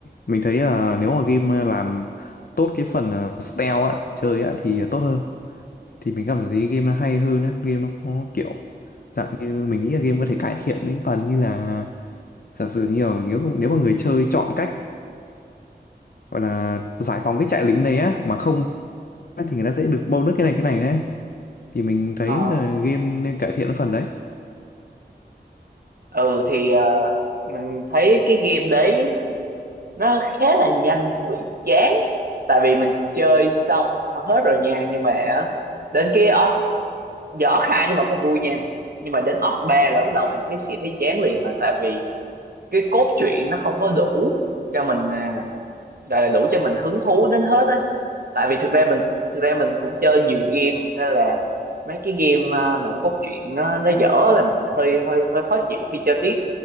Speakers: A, on the left (about 60°); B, on the right (about 60°).
A: mình thấy là nếu mà game làm tốt cái phần ờ, stealth á chơi á thì tốt hơn thì mình cảm thấy game nó hay hơn á game nó có kiểu dạng như mình nghĩ là game có thể cải thiện những phần như là giả sử nhiều nếu nếu mà người chơi chọn cách gọi là giải phóng cái trại lính đấy á mà không á, thì người ta sẽ được bonus cái này cái này đấy thì mình thấy
B: Ờ,
A: là game nên cải thiện cái phần đấy
B: ừ thì ờ, mình thấy cái game đấy nó khá là nhanh bị chán ấy. tại vì mình chơi xong hết rồi nha nhưng mà á, đến cái orc giờ orc hai nó vẫn còn vui nha nhưng mà đến orc ba là bắt đầu bạn thấy sẽ thấy chán liền rồi tại vì cái cốt truyện nó không có đủ cho mình à, gọi là đủ cho mình hứng thú đến hết á tại vì thực ra mình thực ra mình cũng chơi nhiều game nên là mấy cái game à, mà cốt truyện nó nó dở là mình hơi hơi hơi khó chịu khi chơi tiếp